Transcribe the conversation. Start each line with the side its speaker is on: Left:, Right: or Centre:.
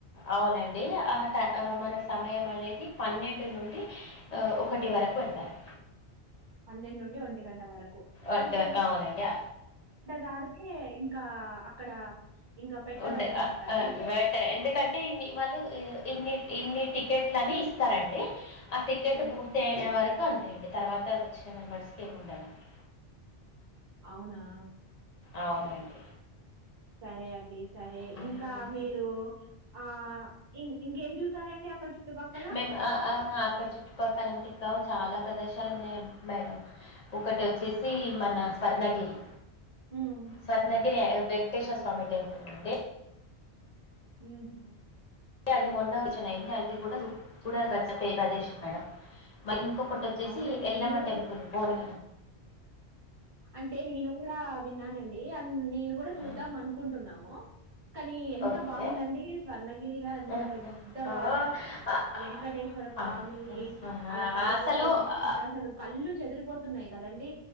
Left: అవునండి ఆ ట- మనకు సమయం అనేది పన్నెండు నుండి ఒకటి వరకు పెడతారం
Right: పన్నెండు నుండి ఒంటి గంట వరకు
Left: ఒంటి
Right: అంటే
Left: వర అవునండి
Right: దాటితే ఇంకా అక్కడ ఇంకా పెట్టరనుకుంట
Left: ఉండ
Right: కదండీ!
Left: బటర్ ఎందుకంటే ఇన్ని వాళ్ళు ఇన్ని ఇన్ని టికెట్లుని ఇస్తారండి ఆ టికెట్
Right: హ్మ్.
Left: పూర్తి అయిన వరకు సో అంతే అండి తర్వాత వచ్చిన మెంబర్స్కి ఏము ఉండాలండి
Right: అవునా
Left: అవునండి
Right: సరే అండి సరే
Left: ఉమ్,
Right: ఇంకా మీరు ఆ ఇం ఇంకేం చూసారండి అక్కడ చుట్టుపక్కల
Left: మేం ఆ ఆ చుట్టుపక్కల అంటే చాలా ప్రదేశాలు ఉన్నాయి మేడం ఒకటి వచ్చేసి మన స్వర్ణగిరి
Right: హ్మ్.
Left: స్వర్ణగిరి వెంకటేశ్వర స్వామి టెంపుల్ నుండి
Right: ఉమ్
Left: అది మొన్న వచ్చన్యింది <unintelligible> అది కూడాచూడ దగ్గ ప్రదేశం మేడం ఇం ఎక్క కొట్ట వచ్చేసి
Right: అవునండి
Left: ఎల్లమ్మ
Right: నేను
Left: టెంపుల్ పోలి
Right: అంటే నేను కూడా విన్నానండి నేను కూడా చూద్దాం
Left: ఆ,
Right: అనుకుంటున్నాము <inaudible> కానీ ఎంత
Left: ఓకే
Right: బాగుందండి స్వర్ణగిరిలో ఎంత
Left: ఆ,
Right: పెద్దగా
Left: ఆ, ఆ,
Right: త ఆ వెంకటేశ్వర స్వామి
Left: ఆ, ఆ,
Right: అలా పడుకోవడం
Left: అసలు ఆ,
Right: అ అసలు కళ్ళు చెదిరిపోతున్నాయి కదండి